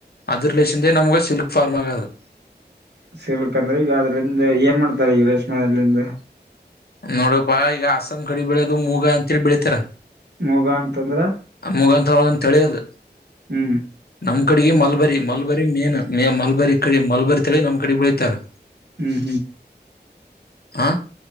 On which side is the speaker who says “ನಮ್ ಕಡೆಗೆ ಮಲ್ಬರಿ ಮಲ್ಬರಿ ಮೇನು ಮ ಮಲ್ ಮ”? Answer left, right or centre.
Left